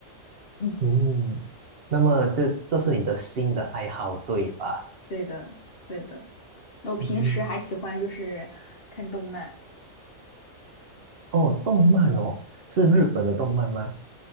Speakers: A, on the left; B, on the right.
A: <laughs> 嗯，
B: 嗯，那么这这是你的新的爱好，对吧？
A: 对的，对的。那我平时还喜欢就是看动漫，
B: 嗯。哦，动漫哦，是日本的动漫吗？